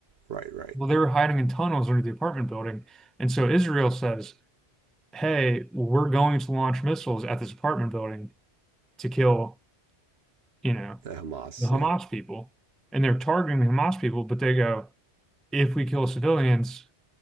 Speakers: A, on the right; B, in the centre.
A: right, right,
B: Well, they were hiding in tunnels under the apartment building, and so Israel says, "Hey, we're going to launch missiles at this apartment building to kill, you know,
A: the Hamas.
B: the Hamas
A: Yeah.
B: people, and they're targeting the Hamas people, but they go, if we kill civilians,